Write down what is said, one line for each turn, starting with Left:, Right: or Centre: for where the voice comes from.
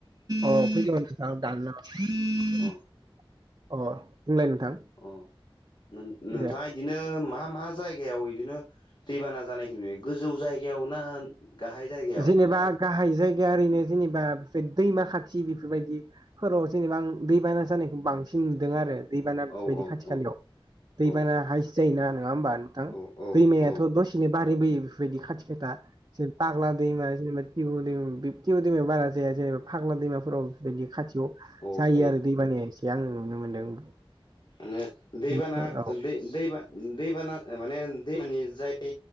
Right: ओ फैदोंबा नोंथां दाना हर
Left: अ
Right: अ बुंलाय नोंथां।
Left: अ नोंथाङा
Right: दे
Left: बिदिनो मा मा जायगायाव बिदिनो दैबाना जानायखौ नुयो गोजौ जायगायाव ना गाहाय जायगायाव
Right: जेनेबा
Left: नोंथां
Right: गाहाय जायगाया ओरैनो जेनेबा बे दैमा खाथि बेफोरबायदि फोराव जेनेबा आं दैबाना जानायखौ बांसिन नुदों आरो दैबाना
Left: औ
Right: बायदि
Left: औ
Right: खाथि
Left: औ
Right: खालयाव दैबाना
Left: औ
Right: हाय जाय ना नङा होमबा नोंथां
Left: औ औ
Right: दैमायाथ'
Left: औ
Right: दसे बिनो बारि बोयो बेफोरबायदि खाथि खाथा फाग्ला दैमा जेनेबा टिबु दै टिबु दैमायाव बारा जाया जेनेबा फाग्ला दैमाफोराव बेबायदि खाथियाव
Left: औ
Right: जायो
Left: औ
Right: आरो दै बानाया एसे आं नुनो मोनदों।
Left: आङो दैबाना
Right: नोंथां औ
Left: दै दैबान दैबाना माने दैमानि जाय